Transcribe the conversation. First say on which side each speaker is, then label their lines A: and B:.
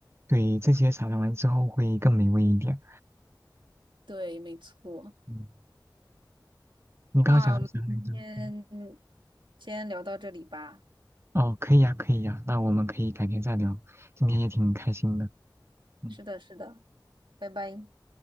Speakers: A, on the right (about 30°); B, on the right (about 85°).
A: 对，这些撒上完之后会更美味一点。
B: 对，没错。
A: 嗯，你刚刚想说啥来着？
B: 那我们今天
A: 嗯
B: 先聊到这里吧。
A: 哦，可以呀，可以呀，那我们可以改天再聊。今天也挺开心的，嗯，
B: 是的，是的，拜拜。